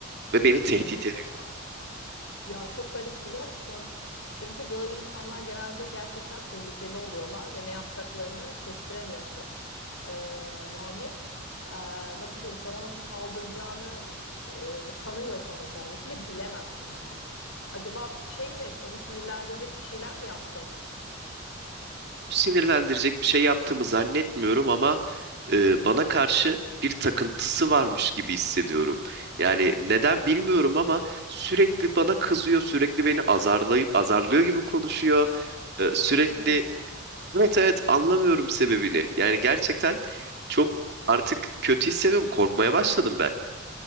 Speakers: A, on the right; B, on the left.
A: ve beni tehdit
B: Allah Allah. Ya çok garip biliyor musun? Çünkü böyle insanlar genelde gerçekten tehlikeli oluyorlar ve ne yapacaklarını kestiremiyorsun. e, Muhammed e, nasıl diyeyim sana nasıl saldıracağını e, tanımıyorsan özellikle bilemezsin yani. Acaba şey mi onu sinirlendirecek bir şeyler mi yaptın?
A: sinirlendirecek bir şey yaptığımı zannetmiyorum ama e, bana karşı bir takıntısı varmış gibi hissediyorum. Yani neden bilmiyorum ama sürekli bana kızıyor, sürekli beni azarlay azarlıyor gibi konuşuyor. E, sürekli
B: Hmm.
A: evet evet anlamıyorum sebebini. Yani gerçekten çok artık kötü hissediyorum, korkmaya başladım ben.